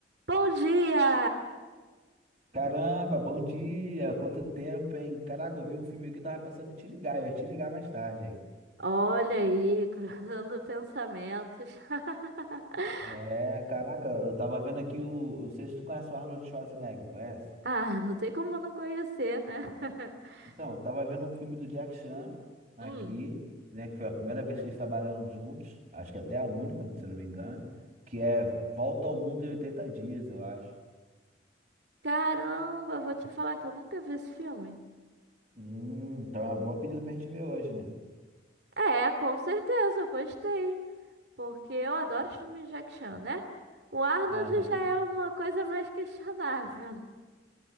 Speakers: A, on the right; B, on the right.
A: Bom dia!
B: Caramba, bom dia! Quanto tempo, hein? Caraca, eu vi um filme aqui que tava pensando em te ligar, eu ia te ligar mais tarde, hein?
A: Olha aí, cruzando pensamentos. <laughs>
B: É, caraca, eu tava vendo aqui o. Não sei se tu conhece o Arnold Schwarzenegger, conhece?
A: Ah, não tem como eu não conhecer, né? <laughs>
B: Então, eu tava vendo um filme do Jack Chan aqui,
A: Hum.
B: né? Que foi a primeira vez que eles trabalharam juntos, acho que até a única, se eu não me engano, que é Volta ao Mundo em Oitenta Dias, eu acho.
A: Caramba, vou te falar que eu nunca vi esse filme.
B: Hum, então é uma boa pedida pra gente ver hoje, né?
A: É, com certeza, eu gostei. Porque eu adoro os filmes de action, né? O Arnold
B: Aham.
A: já é uma coisa mais questionável. né?